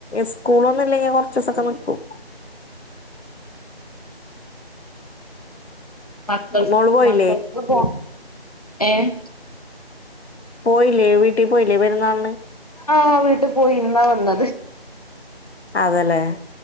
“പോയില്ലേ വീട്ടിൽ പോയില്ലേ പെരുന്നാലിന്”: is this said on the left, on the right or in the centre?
Left